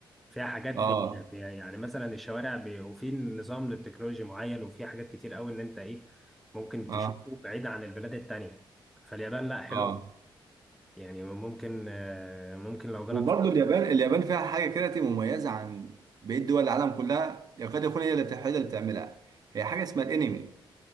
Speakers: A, in the centre; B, on the right (about 45°).
A: فيها حاجات
B: اه
A: بي بي- يعني مثلا الشوارع بي وفي نظام للتكنولوجيا معين وفي حاجات كتير قوي ان انت ايه ممكن
B: اه
A: تشوفه بعيد عن البلاد التانية فاليابان لا حلوة
B: اه
A: يعني ممكن آه، ممكن لو جالك
B: وبرضه اليابان اليابان فيها حاجة كده تبقى مميزة عن بقية دول العالم كلها يكاد يكون هي اللي بت- هي اللي بتعملها هي حاجة اسمها الانمي